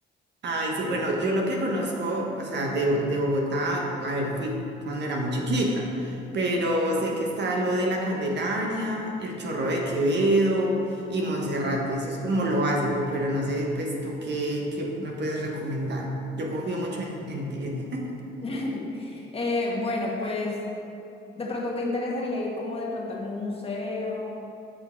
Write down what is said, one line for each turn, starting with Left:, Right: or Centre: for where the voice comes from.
Right: Ay, sí, bueno, yo lo que conozco, o sea, de, de Bogotá, a ver, fui cuando era muy chiquita, pero sé que está lo de la Candelaria, el Chorro de Quevedo y Monserrate, eso es como lo básico, pero no sé, pues tú qué, qué me puedes recomendar. Yo confío mucho en, en ti. <laughs>
Left: <laughs> Eh, bueno, pues de pronto te interesaría ir como de pronto a algún museo.